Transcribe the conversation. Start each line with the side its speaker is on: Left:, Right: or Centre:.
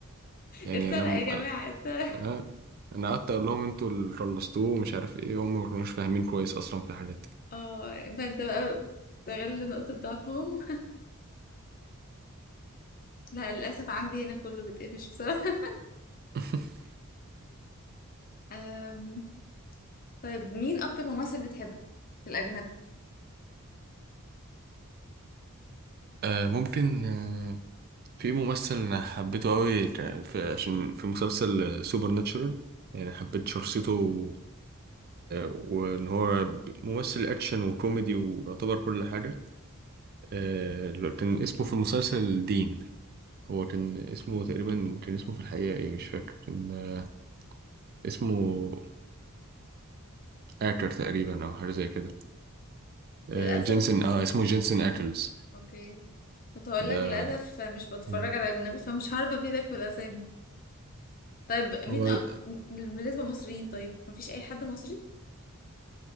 Right: يعني
Left: اتسرق
Right: أنا
Left: يا جماعة
Right: أنا
Left: اتسرق
Right: أه، أنا قعدت أقول لهم أنتوا اللي خلصتوه ومش عارف إيه هما ما كانوش فاهمين كويس أصلا في الحاجات دي
Left: اه يعني فانت بقى استغل نقطة ضعفهم <laughs> لا للأسف عندي هنا كله بيتقفش بصراحة <laughs>
Right: <laughs>
Left: أم... طيب مين أكتر ممثل بتحبه في الأجنبي
Right: آه، ممكن آه، في ممثل انا حبيته قوي ك- في عشان في مسلسل سوبر ناتشورال يعني حبيت شخصيته و... وان هو ب- ممثل اكشن وكوميدي ويعتبر كل حاجه آه... اللي كان اسمه في المسلسل دين هو كان اسمه تقريبا كان اسمه في الحقيقه ايه مش فاكر كان آه، اسمه اكر تقريبا او حاجه زي كده آه...
Left: للأسف
Right: جينسون اه اسمه جينسون اكلز
Left: اوكي كنت هقول
Right: ده
Left: لك للاسف مش بتفرج
Right: مم.
Left: على اجنبي فمش هعرف افيدك بالاسامي طيب مين
Right: هو
Left: اكتر بالنسبه للمصريين طيب مفيش اي حد مصري